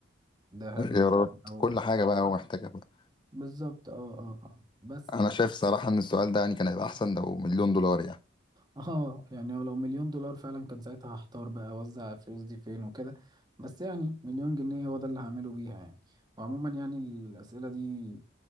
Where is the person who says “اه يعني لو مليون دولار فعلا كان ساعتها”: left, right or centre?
Right